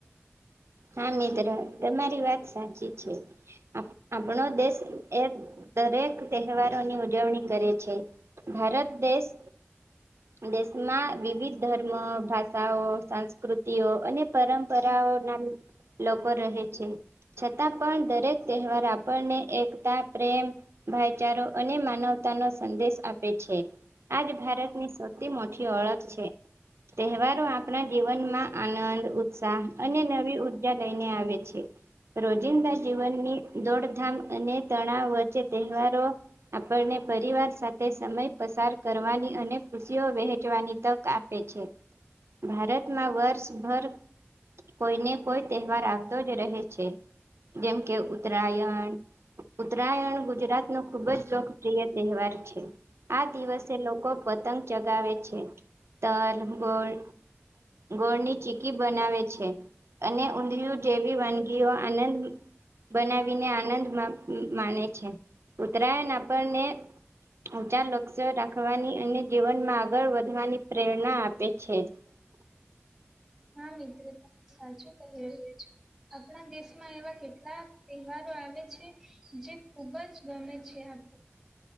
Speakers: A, on the right; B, in the centre.
A: હા મિત્ર તમારી વાત સાચી છે આપણો દેશ એ દરેક તહેવારોની ઉજવણી કરે છે ભારત દેશ દેશમાં વિવિધ ધર્મો ભાષાઓ સંસ્કૃતિઓ અને પરંપરાઓ ના લોકો રહે છે છતાં પણ દરેક તહેવાર આપણને એકતા પ્રેમ ભાઈચારો અને માનવતા નો સંદેશ આપે છે આજ ભારતની મોઠી ઓળખ છે તહેવારો આપણા જીવનમાં આનંદ ઉત્સાહ અને નવી બજા લઈ ને આવે છે રોજિંદા જીવનની દોડધામ અને તણાવ વચ્ચે તહેવારો આપણને પરિવાર સાથે સમય પસાર કરવાની અને ખુશીઓ વહેચવાની તક આપ ભારતમાં વર્ષભર કોઈને કોઈ તહેવાર આવતો જ રહે છે જેમ કે ઉત્તરાયણ ઉત્તરાયણ ગુજરાત ન ખુબ જ લોકપ્રિય તહેવાર છે આ દિવસે લોકો પતંગ ચગાવે છે ત ગોળ ગોળની ચીકી બનાવે છે અને ઊંધિયું જેવી વાનગીઓ આનંદ બનાવીને આનંદ માને છે ઉત્તરાયણ આપણને ઉંચા લક્ષ્ય રાખવાની અને જીવનમાં આગળ વધવાની પ્રેરણા આપે છે <unintelligible>
B: હા મિત્રો તને સાચું કહી રહ્યા છો આપણા દેશમાં એવા કેટલાક તહેવારો આવે છે જે ખુબ જ ગમે છ આપ